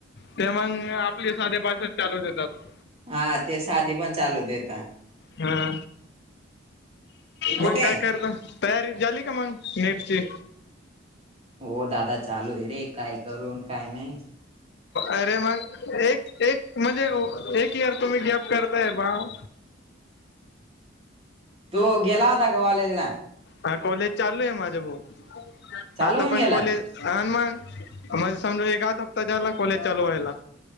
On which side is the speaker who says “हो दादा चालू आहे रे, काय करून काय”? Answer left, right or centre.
Right